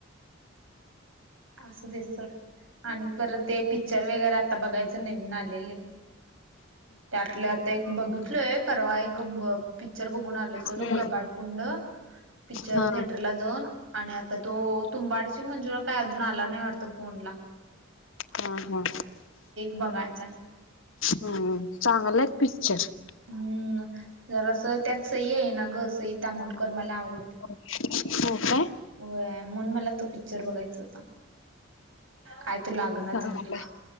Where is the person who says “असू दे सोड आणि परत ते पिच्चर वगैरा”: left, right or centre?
Right